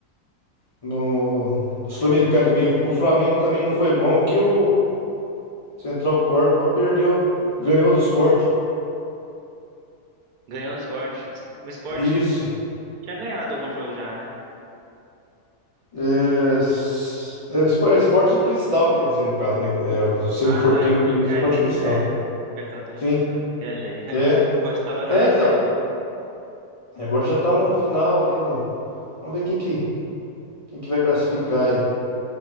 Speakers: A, on the left (about 55°); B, on the right (about 75°).
A: no... na Sul-Americana também. E O Flamengo também não foi bom, que o Central Córdoba perdeu, ganhou do Sport.
B: Ganhando o esporte. O esporte
A: Isso.
B: tinha ganhado algum jogo já, né?
A: É, s- é espo- é esporte em cristal, quer dizer, no caso, né? É, o Cerro
B: Ah,
A: Porteño
B: tá. Esporte.
A: tem esporte
B: É,
A: em cristal.
B: é. Libertadores?
A: Sim,
B: né, Viajei. <laughs>
A: é.
B: Esporte tava na
A: É, então.
B: Série B.
A: E Agora já tá no final ali no... Vamos ver quem que, quem que vai classificar aí.